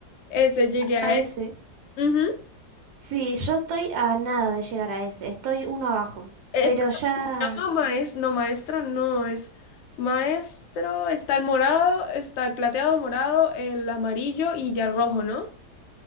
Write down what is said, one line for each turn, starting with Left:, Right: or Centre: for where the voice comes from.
Left: Ese llegué a
Right: A ese.
Left: Ujú.
Right: Sí, yo estoy a nada de llegar a ese. Estoy uno abajo.
Left: Eh,
Right: Pero ya.
Left: no, maes- no, maestro, no, es maestro, está el morado, está el plateado morado, el amarillo y ya el rojo, ¿no?